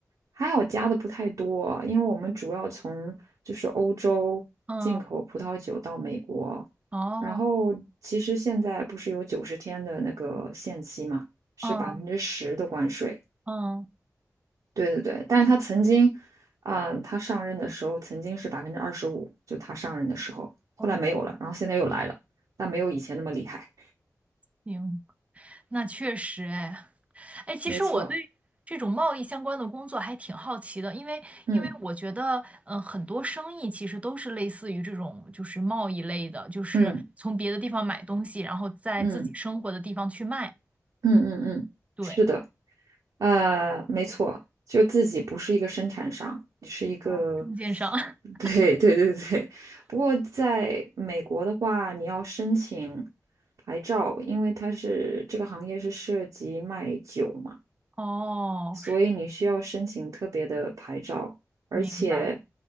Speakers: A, on the right; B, on the right.
A: 还好加的不太多，因为我们主要从就是欧洲进口葡萄酒到美国，
B: 嗯，哦。
A: 然后其实现在不是有九十天的那个限期嘛，是百分之十的关税。
B: 嗯嗯
A: 对对对，但是他曾经，啊、他上任的时候曾经是百分之二十五，就他上任的时候，后来没有了，
B: ，OK，
A: 然后现在又来了，但没有以前那么厉害。
B: 行，那确实哎，哎，其实我对这种贸易相关的工作还挺好奇的，
A: 没错，
B: 因为因为我觉得，
A: 嗯
B: 嗯、很多生意其实都是类似于这种，就是贸易类的，就是从别的地方买东西，
A: 嗯
B: 然后在自己生活的地方去卖，
A: 嗯嗯嗯嗯嗯，
B: 对，
A: 是的。呃，没错，就自己不是一个生产商，是一个，
B: 嗯，中间商。<laughs>
A: <laughs> 对对对对。不过在美国的话，你要申请牌照，因为它是这个行业是涉及卖酒嘛，
B: 哦，
A: 所以你需要申请特别的牌照，
B: 是
A: 而且，
B: 明白，